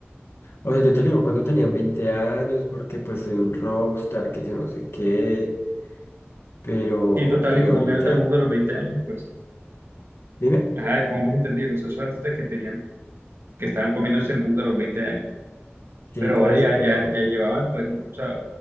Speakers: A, on the left; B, on the right.
A: O sea, yo te lo digo cuando tenían 20 años, porque pues soy un rockstar, que yo no sé qué. Pero,
B: Y total,
A: pero
B: y tú comiéndote
A: ahorita,
B: el mundo a los 20 años, pues,
A: dime.
B: ah, es como más entendible, o sea, esos artistas que tenían, que estaban comiéndose el mundo a los 20 años,
A: Sí,
B: pero
A: por
B: ahora
A: eso,
B: ya,
A: pero
B: ya, ya llevaban, pues, o sea,